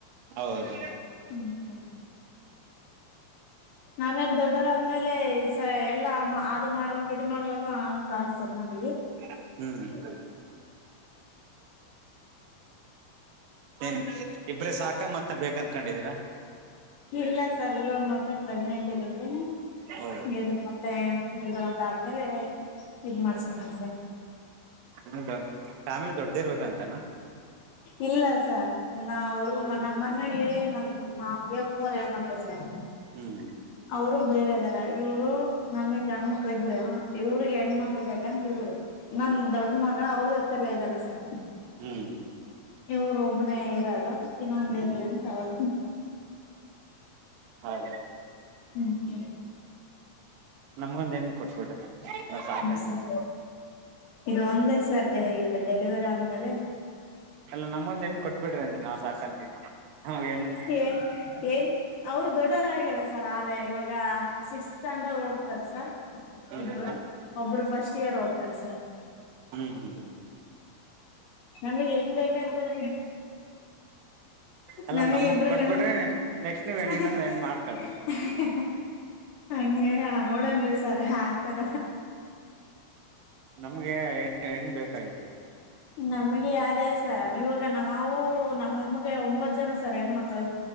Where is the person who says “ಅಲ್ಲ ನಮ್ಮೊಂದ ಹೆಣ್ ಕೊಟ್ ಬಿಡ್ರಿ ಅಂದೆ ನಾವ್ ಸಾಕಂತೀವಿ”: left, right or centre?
Right